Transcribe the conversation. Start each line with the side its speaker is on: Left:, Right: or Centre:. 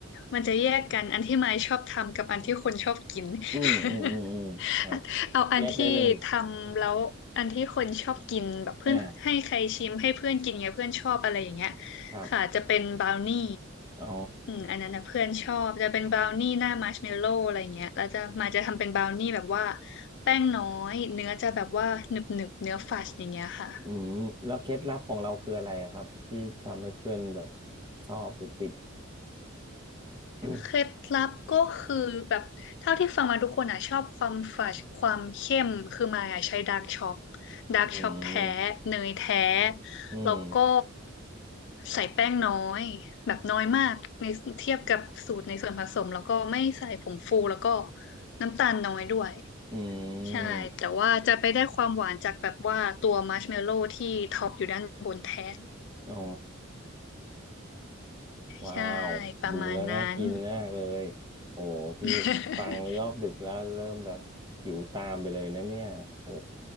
Left: มันจะแยกกันอันที่ไมค์ชอบทำกับอันที่คนชอบกิน <laughs>
Right: อืมอืมอืมอืมครับ
Left: <laughs> เอาอันที่ทำแล้วอันที่คนชอบกินแบบเพื่อนให้ใครชิมให้เพื่อนกินไงเพื่อนชอบอะไรอย่างเงี้ย
Right: แยกได้เลยอ่าครับ
Left: ค่ะจะเป็นบราวนี่
Right: อ๋อ
Left: อืมอันนั้นนะเพื่อนชอบจะเป็นบราวนี่หน้ามัชเมลโล่อะไรเงี้ยแล้วจะมาจะทำเป็นบราวนี่แบบว่าแป้งน้อยเนื้อจะแบบว่าหนึบหนึบเนื้อฟัดอย่างเงี้ยค่ะ
Right: อืมแล้วเคล็ดลับของเราคืออะไรอะครับที่ทำให้เพื่อนแบบชอบหรือติดอืม
Left: เคล็ดลับก็คือแบบเท่าที่ฟังมาทุกคนอ่ะชอบความฝาดความเข้มคือมายอ่ะใช้ดาร์กช็อกดาร์กช็อกแท้เนยแท้
Right: อืมอืม
Left: แล้วก็ใส่แป้งน้อยแบบน้อยมากในเทียบกับสูตรในส่วนผสมแล้วก็ไม่ใส่ผงฟูแล้วก็น้ำตาลน้อยด้วย
Right: อื
Left: ใช่แต่ว่าจะไปได้ความหวานจากแบบว่าตัวมัชเมลโล่ที่ท็อปอยู่ด้านบนแทน
Right: มอ๋อ ว้าวดูแล้วน่ากินมากเลย
Left: ใช่ประมาณนั้น
Right: โอ้พี่ฟังรอบดึกแล้วเริ่มแบบหิวตามไปเลยนะเนี่ยโอ้
Left: <laughs>